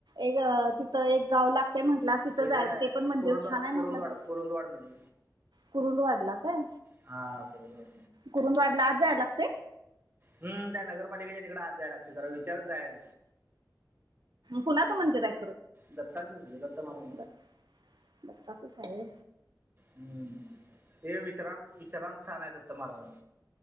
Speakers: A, on the right; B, on the right.
A: एक तिथं एक. गाव लागतय म्हंटलंस तिथं
B: इथं
A: जायचं, ते पण मंदिर
B: कोरुंदवाड
A: छान आहे
B: कोरुंदवाड
A: म्हंटलंस.
B: कोरुंदवाड मध्ये
A: कुरुंद वाढला. काय
B: हा बरोबर.
A: कुरुंद वाढला आज जायला लागते
B: हम्म. त्या नगरपालिकेच्या तिकडे आज जायला लागतयं जरा विचारत जायच.
A: कुणाचं मंदिर हाय?
B: दत्ताच दत्त महाराज
A: दत्त दत्ताचच हाय होय.
B: हम्म. हे विश्राम विश्राम स्थान हाय दत्त महाराजांच.